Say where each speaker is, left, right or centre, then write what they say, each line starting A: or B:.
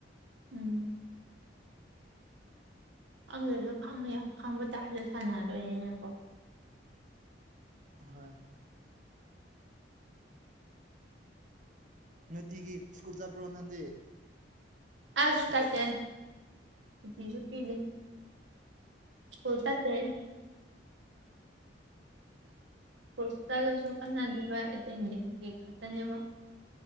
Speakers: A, on the right (about 85°); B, on the right (about 45°).
A: ꯎꯝ ꯑꯪꯗꯁꯨ ꯈꯪꯉꯦ ꯌꯥꯝ ꯈꯪꯕ ꯇꯥꯔꯁꯨ ꯁꯥꯟꯅꯗꯣꯏꯅꯤꯅꯀꯣ
B: ꯍꯣꯏ ꯅꯨꯡꯇꯤꯒꯤ ꯁ꯭ꯀꯨꯜ ꯆꯠꯄ꯭ꯔꯣ ꯅꯪꯗꯤ
A: ꯑꯁ
B: ꯁꯨꯇꯤꯔꯣ
A: ꯆꯠꯆꯦ ꯀꯤꯒꯨꯀꯤꯗꯦ ꯏꯁꯀꯨꯜ ꯆꯠꯇꯦꯍꯦ ꯄꯁ ꯆꯂꯁꯨꯣ ꯀꯥꯟꯅꯥ ꯗꯦꯕꯦꯟꯗꯤꯒ ꯈꯇꯅꯦꯕ